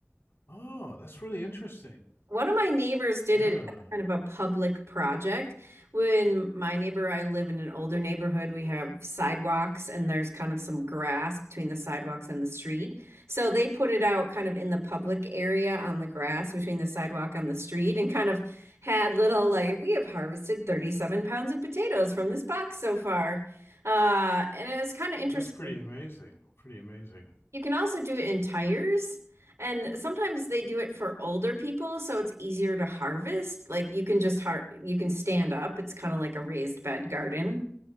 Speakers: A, on the left; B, on the right.
A: oh that's really interesting
B: One of my neighbors did
A: yeah
B: it as kind of a public project. When my neighbor, I live in an older neighborhood, we have sidewalks and there's kind of some grass between the sidewalks and the street. So they put it out kind of in the public area on the grass between the sidewalk and the street and kind of had little like, we have harvested 37 pounds of potatoes from this box so far. Uh, and it was kind of interesting.
A: that's pretty amazing pretty amazing
B: You can also do it in tires, and sometimes they do it for older people, so it's easier to harvest. Like you can just har you can stand up. It's kind of like a raised bed garden.